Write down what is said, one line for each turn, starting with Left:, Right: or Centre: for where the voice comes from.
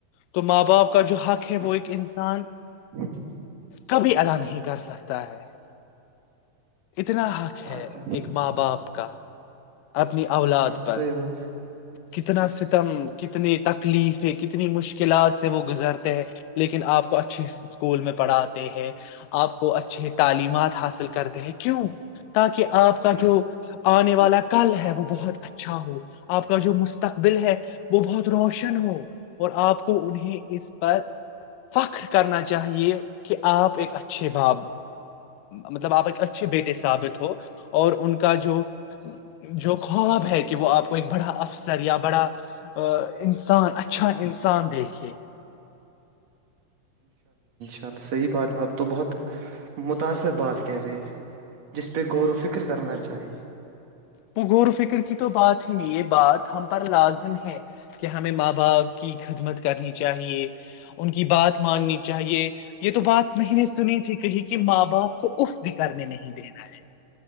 Left: تو ماں باپ کا جو حق بو <inaudible> سان <inaudible>
Right: اچھا <inaudible>
Left: کبھی ادا نہیں کر سک سکتا ہے <inaudible> اتنا حق ہے
Right: اچھا
Left: ایک ماں باپ کا اپنی اولاد
Right: ہاں
Left: پر
Right: صحیح بات
Left: کتنا ستم کتنی تک پلیز <inaudible> کتنی مشکلات سے وہ گزرتے ہیں لیکن آپ کو اچھی اسکول میں پڑھات ہیں <inaudible> آپ کو اچھے تعلیمات حاصل کرتے ہیں کیوں تاکہ آپ کا جو آنے والا ہے وہ بہت اچھا ہو آپ کا جو مستقبل بل ہے <unintelligible> وہ بہت روشن ہو اور آپ کو انہیں اس پر فخر کرنا چاہیے کہ آپ ایک اچھے باپ مطلب آپ ایک اچھے بیٹے ثابت ہو اور ان کا جو جو خواب ہے کہ وہ آپ کو ایک بڑا افسر یا بڑا آ <inaudible> انسان اچھا انسان دیکھے
Right: چلو صحیح بات آپ تو بہت متاثر بات کہہ رہے ہیں جس پہ غور و فکر کرنا چاہیے
Left: پغور و فکر کی تو بات ہی نہیں یہ بات ہم پر لازم ہے کہ ہمیں ماں باپ کی خدمت کرنی چاہیے ان کی بات ماننی چاہیے یہ تو بات نہیں نے سنی تھی کہیں کہ ماں باپ کو اف بھی کرنے نہیں دینا ہے